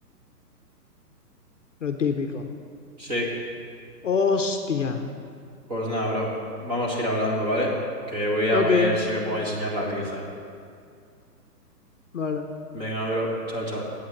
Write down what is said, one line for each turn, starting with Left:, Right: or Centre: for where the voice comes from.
Left: Lo típico.
Right: Sí,
Left: Hostia.
Right: pues nada, bro. Vamos a ir hablando, ¿vale? Que voy a
Left: Ok,
Right: ver si me pongo a diseñar la pieza.
Left: vale.
Right: Venga, bro. Chao, chao.